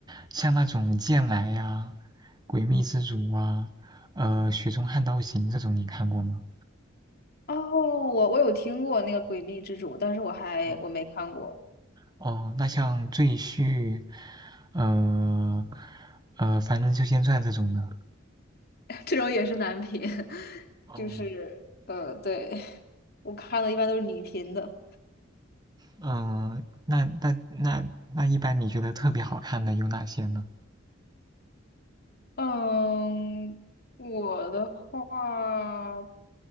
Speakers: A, on the right; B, on the left.
A: 像那种剑来呀、诡秘之主啊、呃雪中悍刀行这种，你看过吗？
B: 哦，我我有听过那个《诡秘之主》，但是我还我没看过，
A: 嗯，哦，那像赘婿，呃呃，《凡人修仙传》这种的，
B: <laughs> 这种也是男频。
A: 哦，
B: 就是呃，对，<laughs> 我看的一般都是女频的。
A: 嗯、那那那那一般你觉得特别好看的有哪些呢？
B: 嗯，我的话